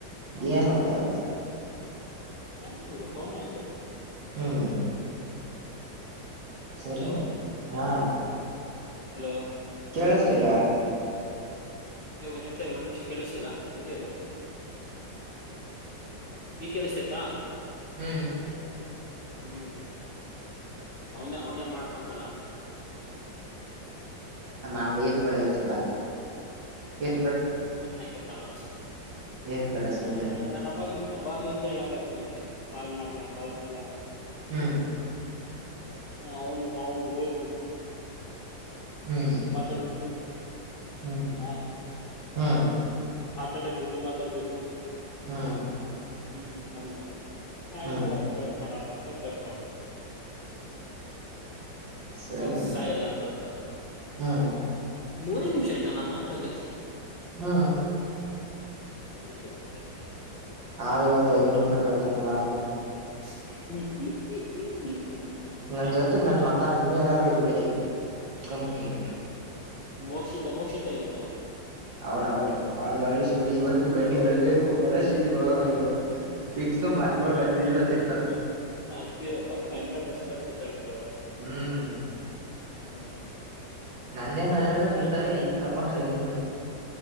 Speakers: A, on the right; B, on the left.
A: ಏನ್ ಗೊತ್ತಾ ಅಂತ
B: ನ ಹ ಮತ
A: ಹ್ಮ್ ಸರಿಮ್ಮ
B: ಹಲೋ
A: ಹಾ
B: ಹಲೋ
A: ಕೇಳಸ್ತಿಲ್ವಾ
B: ಒಂದ್ ನಿಮಷ ಒಂದ್ ನಿಮಿಷ ಕೇಳಿಸ್ತಲಾ ಹಂಗ್ಯರು ಈ ಕೇಳಸ್ತಯ್ತಾ
A: ಹ್ಮ್
B: ಹ್ಮ್ ಅವನೇ ಅವನೇ ಮಾಡ್ತಾಕಲ್ಲ
A: ಮಾಡ್ಬೇ ಎತ್ ಬೇಡ ಎತ್ ಬೇಡ ಎ
B: ನನ್ಕತ್ತಾನ
A: ಎತ್ ಬೇಡ
B: ಹ
A: ಸುಮ್ನಿರು
B: ನಾನ ಅವಾಗ್ ಅವಾಗ್ಲ ಹಿಂದ ಹೇಳಕತಿ ನನಗೆ ಕಾಲ್ ಮಾಡ್ಲಾ ಕಾಲ್ ಮಾಡ್ಲಾ ಅಂತ
A: ಹ್ಮ್
B: ಹ ಅವನು ಅವ ಊತು
A: ಹ್ಮ್
B: ಮಾತಾಡ್ಬೇಕು
A: ಹ್ಮ್
B: ಆ
A: ಹ್ಮ್
B: ಹಾರ್ಟ್ ಅಟ್ಯಾಕ್ ಜೊತೆ ಮಾತಾಡ್ಬೇಕು
A: ಹ್ಮ್
B: ಹ್ಮ್ ಅಂದ ಆಯ್ತಡಪ್ಪ
A: ಹ್ಮ್
B: ಕಟ್ ಮಾಡಪ್ಪಾ ಅಂತೇಳ ಕಟ್ ಮಾಡ್ದ ಬಿವಿ
A: ಸರಿ
B: ಹಕ್
A: ಮತ್ತೆ
B: ಸಾಯಲ್ಲಾದ್ರು ಅಂತ
A: ಹ್ಮ್
B: ಮೂರೇ ನಿಮ್ ಶೇತನಾ ಮಾ ಧಡಗ್
A: ಹ್ಮ
B: ನಂಗೆ ಗೊತ್ತಾಯ್ತಿಲ್ಲಪ್ಪ
A: ಆವತ್ತು ಐನೂರು ರೂಪಾಯಿ ಕಟ್ಟನಲ್ಲ
B: ಹ ಹಿ ಹಿ ಈ ಈ
A: ನನ್ ಜೊತೆಗ್
B: ನಿ
A: ನನ್
B: ತಾವಮ
A: ಮಕ್ಳ ನೀವ್ ಯಾರಾರು ಇರ್ಬೇಕಿತ್ತು ಕಂಪ್ನಿಗ
B: ಮೋಕ್ಷಿತ ಮೋಕ್ಷಿತ ಇಲ್ವಾ
A: ಅವ್ಳ ಅವ್ಳ ಅವಳಗ್ ಅಳಿಸಬಿಟ್ಟು ಇವತ್ತು ಕಣ್ಣಿ ಅಳ್ಬೇಕು ಒಳ್ಳಷ್ಟೇಜಕ್ ಹೋಗಾವಳಿ ಇವತ್ತು ಫಿಕ್ಸ್ ಮನ್ಗಳ ಗತ್ತಿದ್ರ ಗತ್ತಿರ್ತ
B: ಹ ಹಂಡ್ರೆಡ್ ಪರ್ಸೆಂಟ್ ಹತ್ತಿತ್ತಾಳ ಬಿಡೋಳು
A: ಹ್ಮ್
B: ಹ್ಮ್
A: ನಂದೇನ್ಲ್ಲಲ್ಲ
B: ಹತ್ತ
A: ರಿಕರಿ ಆಯ್ತ ಕಪ ಐನೂರು